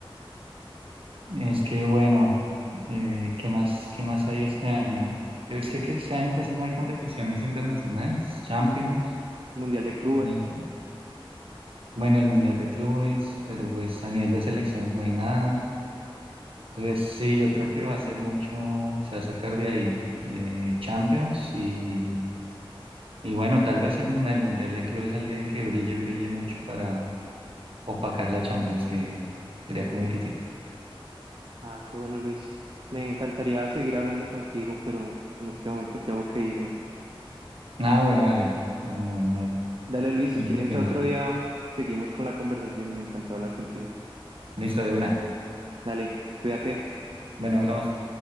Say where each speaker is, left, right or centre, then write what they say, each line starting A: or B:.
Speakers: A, on the right; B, on the right.
A: Es que bueno, eh, ¿qué más, qué más hay este año? Es que que este año casi no hay competiciones internacionales, Champions.
B: Mundial de Clubes.
A: Bueno, el Mundial de Clubes, pero pues a nivel de selecciones no hay nada. Entonces, sí, yo creo que va a ser mucho, se va a sacar de ahí, de Champions y, y bueno, tal vez en el Mundial de Clubes alguien que brille, brille mucho para opacar la Champions, que sería como difícil.
B: Ah, qué bueno, Luis. Me encantaría seguir hablando contigo, pero en este momento tengo que irme.
A: Ah, bueno, vale, no, no, no hay, no
B: Dale, Luis, si
A: hay
B: quieres
A: problema.
B: otro día, seguimos con la conversación. Me encantó hablar contigo.
A: Listo, de una.
B: Dale, cuídate.
A: Bueno, hablamos.